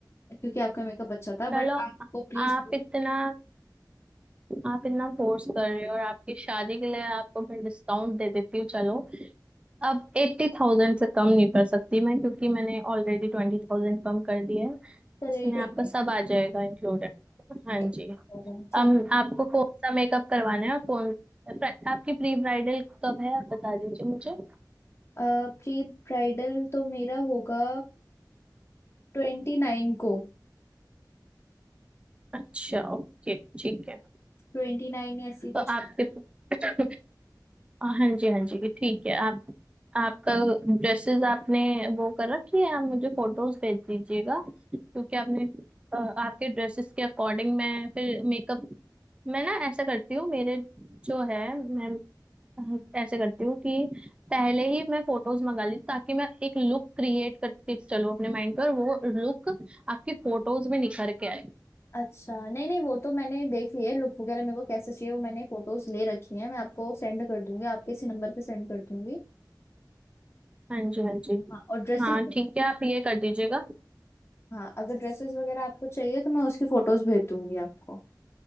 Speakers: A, on the left; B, on the right.
A: क्योंकि आपका मेकअप अच्छा था बट
B: चलो
A: आपको प्लीज
B: आप इतना आप इतना फोर्स कर रहे हो और आपकी शादी के लिए आपको मैं डिस्काउंट दे देती हूँ चलो अब एट्टी थाउजेंड से कम नहीं कर सकती मैं क्योंकि मैंने ऑलरेडी ट्वेंटी थाउजेंड कम कर दिया है
A: चलिए
B: इसमें
A: ठीक
B: आपका
A: है
B: सब आ जाएगा इंक्लूडेड हाँ
A: एक
B: जी
A: और ठीक
B: अब आपको कौन सा मेकअप करवाना है और कौन आपकी प्री ब्राइडल कब है आप बता दीजिए मुझे
A: प्री ब्राइडल तो मेरा होगा ट्वेंटी नाइन को
B: अच्छा ओके ठीक है
A: ट्वेंटी नाइन या ऐसी
B: तो
A: कुछ
B: आपके <laughs> हाँ जी हाँ जी ठीक है आप आपका ड्रेसेस आपने वो कर रखी है आप मुझे फोटोज भेज दीजिएगा क्योंकि आपने अ, आपके ड्रेसेस के अकॉर्डिंग मैं फिर मेकअप मैं ना ऐसा करती हूँ मेरे जो है मैं अ, ऐसे करती हूँ कि पहले ही मैं फोटोज मंगा ली ताकि मैं एक लुक क्रिएट करके चलूँ अपने माइंड पर वो लुक आपकी फोटोज में निखर के आए
A: अच्छा नहीं नहीं वो तो मैंने देख लिया है लुक वगैरह मेरे को कैसे चाहिए वो मैंने फोटोज ले रखी हैं मैं आपको सेंड कर दूंगी आपके इसी नंबर पे सेंड कर दूंगी
B: हाँ जी हाँ जी
A: हाँ और ड्रेसेस
B: हाँ ठीक है आप ये कर दीजिएगा
A: हाँ अगर ड्रेसेस वगैरह आपको चाहिए तो मैं उसकी फोटोज भेज दूंगी आपको